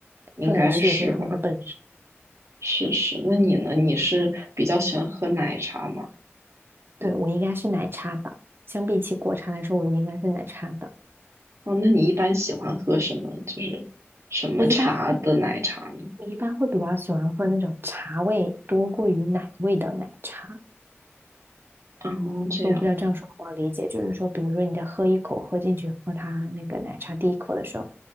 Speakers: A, on the right; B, on the right.
A: 应该是吧？
B: 做难吃也是他们的本事。
A: 是是。那你呢？你是比较喜欢喝奶茶吗？
B: 对，我应该是奶茶党，相比起果茶来说，我应该是奶茶党。
A: 哦，那你一般喜欢喝什么？就是什么茶的奶茶呢？
B: 我一般喝，我一般会比较喜欢喝那种茶味多过于奶味的奶茶。
A: 哦，这样。
B: 我不知道这样说好不好理解，就是说，比如说你在喝一口喝进去，喝它那个奶茶第一口的时候，